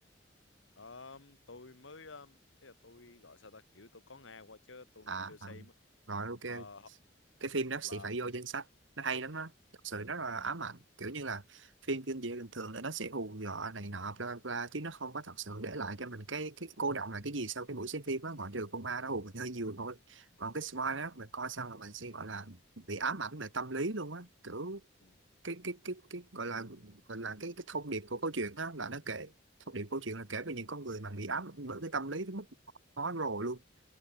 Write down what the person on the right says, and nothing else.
à,
à
rồi ok
cái phim đó sẽ
phải vô danh sách nó hay lắm á thật sự rất là ám ảnh kiểu như là phim kinh dị bình thường là nó sẽ hù dọa này nọ bla bla bla, chứ nó không có thật sự để lại cho mình cái cái cô đọng là cái gì sau cái buổi xem phim á ngoại trừ con ma nó hù mình hơi nhiều thôi còn cái smile
á mình coi xong là mình sẽ gọi là bị ám ảnh về tâm lý luôn á kiểu
cái cái cái cái gọi là gọi là cái cái thông điệp của câu chuyện á là nó kể thông điệp câu chuyện là kể về những con người mà bị ám ảnh bởi cái tâm lý tới mức họ khó rồi luôn